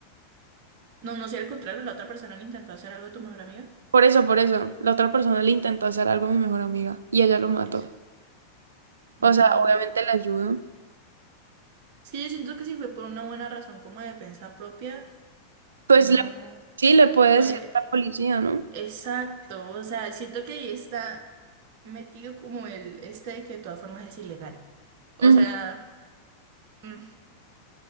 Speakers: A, on the right; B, on the right.
A: No, no sé, al contrario, la otra persona le intentó hacer algo a tu mejor amiga.
B: Por eso, por eso, la otra persona le intentó hacer algo a mi mejor amiga y ella lo mató.
A: Eso. Mm.
B: O sea, obviamente le ayudo.
A: Es que yo siento que si fue por una buena razón como de defensa propia,
B: Pues
A: uno
B: le- sí, le puede
A: fue...
B: decir a la policía, ¿no?
A: Exacto, o sea, siento que ahí está metido como el este de que de todas formas es ilegal. O
B: Ujú.
A: sea... mm,